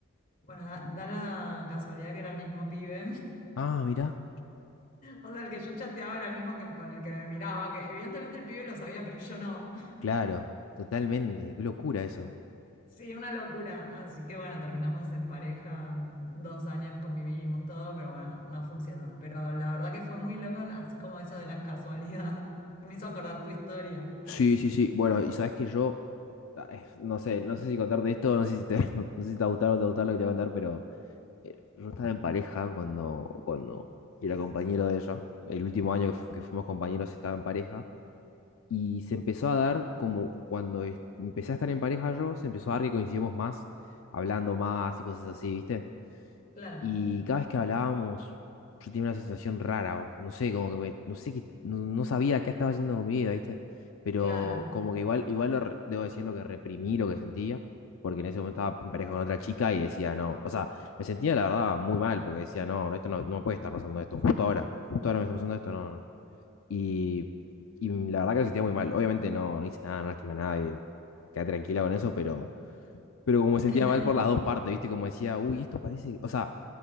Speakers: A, on the left; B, on the left.
A: Bueno, da, da la casualidad que era el mismo pibe. <laughs>
B: Ah, mirá.
A: O sea, el que yo chateaba era el mismo que, con el que me miraba, que evidentemente el pibe lo sabía, pero yo no. <laughs>
B: Claro, totalmente, qué locura eso.
A: Sí, una locura. Así que bueno, terminamos en pareja, dos años convivimos todo, pero bueno, no funcionó. Pero la verdad que fue muy loco, así como eso de la casualidad. <laughs> Me hizo acordar tu historia.
B: Sí, sí, sí. Bueno, y Sabes que yo, ay, no sé, no sé si contarte esto, no sé si te, <laughs> no, no sé si te va a gustar o no te va a gustar lo que te voy a contar, pero eh, yo estaba en pareja cuando, cuando era compañero de ella. El último año que, fu- que fuimos compañeros estaba en pareja. Y se empezó a dar como cuando es- empecé a estar en pareja yo, se empezó a dar que coincidíamos más, hablando más y cosas así, ¿viste?
A: Claro,
B: Y cada vez que hablábamos, yo tenía una sensación rara, o no sé, como que me, no sé qué, no, no sabía qué estaba haciendo con mi vida, ¿viste? Pero
A: claro.
B: como que igual, igual lo re- debo decir lo que reprimí, lo que sentía, porque en ese momento estaba en pareja con otra chica y decía, no, o sea, me sentía la verdad muy mal, porque decía, no, no, esto no, no me puede estar pasando esto, justo ahora, justo ahora me está pasando esto, no, no. Y, y la verdad que me sentía muy mal, obviamente no, no hice nada, no lastimé a nadie, quedé tranquila con eso, pero, pero como me sentía
A: <laughs>
B: mal por las dos partes, ¿viste? Como decía, uy, esto parece, o sea